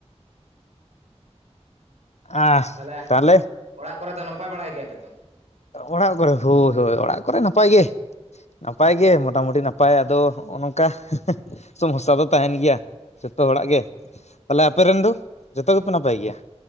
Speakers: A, on the left; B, on the right.
A: ᱟᱦ
B: ᱛᱟᱦᱚᱞᱮ
A: ᱛᱟᱦᱞᱮ
B: ᱚᱲᱟᱜ ᱠᱚᱨᱮ ᱫᱚ ᱱᱟᱯᱟᱭ ᱵᱟᱲᱟᱭ ᱜᱮᱭᱟᱭ ᱯᱮ ᱛᱚ?
A: ᱚᱲᱟᱜ ᱠᱚᱨᱮ, ᱦᱳᱭ ᱦᱳᱭ ᱚᱲᱟᱜ ᱠᱚᱨᱮ ᱱᱟᱯᱟᱭ ᱜᱮ ᱾ ᱱᱟᱯᱟᱭ ᱜᱮ ᱢᱚᱴᱟᱢᱩᱴᱤ ᱱᱟᱯᱟᱭ ᱟᱫᱚ ᱦᱚᱸᱜᱼᱚ ᱱᱚᱝᱠᱟ᱾ ᱥᱚᱢᱚᱥᱥᱟ ᱫᱚ ᱛᱟᱦᱮᱸᱱ ᱜᱮᱭᱟ, ᱡᱚᱛᱚ ᱦᱚᱲᱟᱜ ᱜᱮ᱾ ᱛᱟᱦᱞᱮ ᱟᱯᱮ ᱨᱮᱱ ᱫᱚ ᱡᱚᱛᱚ ᱜᱮᱯᱮ ᱱᱟᱯᱟᱭ ᱜᱮᱭᱟ?